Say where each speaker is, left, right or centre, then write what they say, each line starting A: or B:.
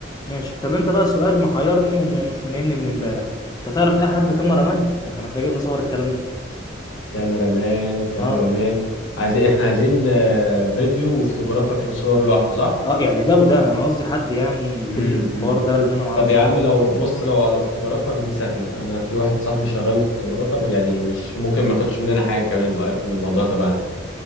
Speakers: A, on the left; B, on the left.
A: ماشي طب أنت بقى سؤال محيرني ومش منامني من امبارح أنت تعرف أي حد كاميرا مان؟ ما إحنا محتاجين نصور الكلام ده
B: كاميرا مان كاميرا
A: أه
B: مان عايزين احنا عايزين آه، فيديو وفوتوغرافر صور لوحده صح
A: أه يعني ده وده أنا قصدي حد يعني يكون
B: امم
A: ليه في الحوار ده لأن أنا ما أعرفش
B: طب يا
A: حد
B: عم
A: من
B: لو
A: الناس دي
B: بص لو على فوتوغرافر دي سهلة أنا في واحد صاحبي شغال فوتوغرافر يعني مش ممكن ما ياخدش مننا حاجة كمان لو عرف إن الموضوع تبعنا يعني